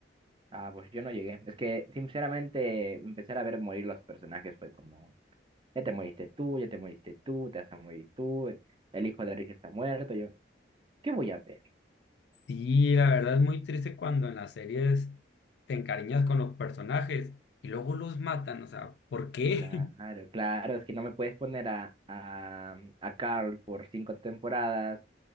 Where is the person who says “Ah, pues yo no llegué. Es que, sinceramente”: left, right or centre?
Right